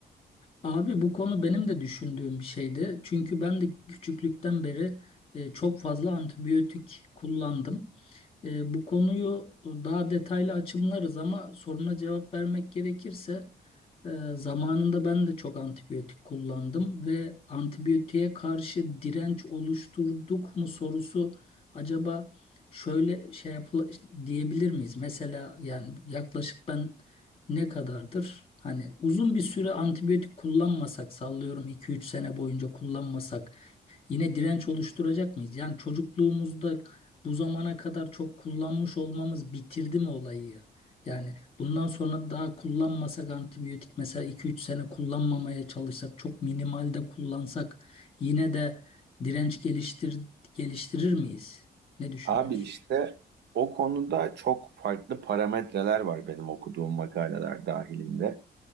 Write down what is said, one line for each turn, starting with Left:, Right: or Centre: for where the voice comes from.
Left: Abi bu konu benim de düşündüğüm bir şeydi. Çünkü ben de küçüklükten beri e, çok fazla antibiyotik kullandım. E, bu konuyu e, daha detaylı açımlarız ama soruna cevap vermek gerekirse e, zamanında ben de çok antibiyotik kullandım ve antibiyotiğe karşı direnç oluşturduk mu sorusu acaba şöyle şey yapıl diyebilir miyiz? Mesela yani yaklaşık ben ne kadardır? Hani uzun bir süre antibiyotik kullanmasak sallıyorum iki üç sene boyunca kullanmasak yine direnç oluşturacak mıyız? Yani çocukluğumuzda bu zamana kadar çok kullanmış olmamız bitirdi mi olayı? Yani bundan sonra daha kullanmasak antibiyotik mesela iki üç sene kullanmamaya çalışsak çok minimalde kullansak yine de direnç geliştir geliştirir miyiz? Ne düşünüyorsun?
Right: Abi işte o konuda çok farklı parametreler var benim okuduğum makaleler dahilinde.